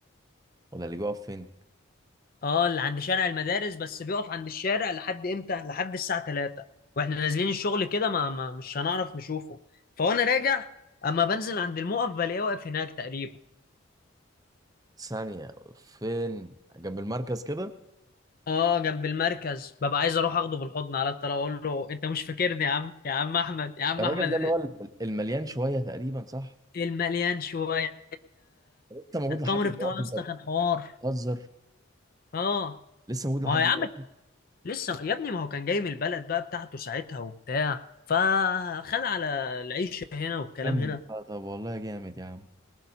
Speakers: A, on the right; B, on the left.
A: ولا اللي بيقف فين
B: اه اللي عند شارع المدارس بس بيقف عند الشارع لحد امتى لحد الساعة 3 واحنا نازلين الشغل كده ما, ما مش هنعرف نشوفه فوانا راجع اما بنزل عند الموقف بلاقيه واقف هناك تقريبا
A: ثانيه فين جنب المركز كده
B: اه جنب المركز ببقى عايز اروح اخده بالحضن على الطلاق اقول له انت مش فاكرني يا عم يا عم احمد يا عم
A: الراجل
B: احمد
A: ده اللي هو ال- المليان شويه تقريبا صح
B: المليان شوية
A: انت موجود
B: التمر
A: لحد دلوقتي
B: بتاعه يا اسطى
A: انت
B: كان حوار
A: بتهزر
B: اه
A: لسه موجود
B: ما
A: لحد
B: هو يا
A: دلوقتي
B: عم لسه يا ابني ما هو كان جاي من البلد بقى بتاعته ساعتها وبتاع فخد على العيشة هنا والكلام
A: كمل
B: هنا
A: آه، طب والله جامد يا عم